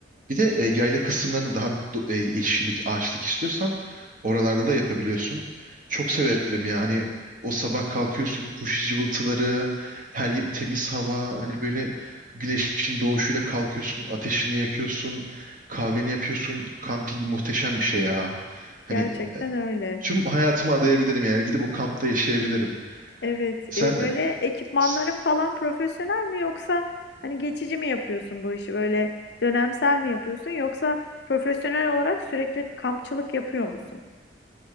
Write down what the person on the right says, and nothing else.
Bir de e, yayla kısımlarını daha do- e, yeşillik, ağaçlık istiyorsan oralarda da yapabiliyorsun. Çok severim ya. Hani o sabah kalkıyorsun kuş cıvıltıları, her yer temiz hava, hani böyle güneşin doğuşuyla kalkıyorsun, ateşini yakıyorsun, kahveni yapıyorsun. Kamping muhteşem bir şey ya. Hani
Tüm hayatımı adayabilirim yani gidip o kampta yaşayabilirim.
Sen
e,
s-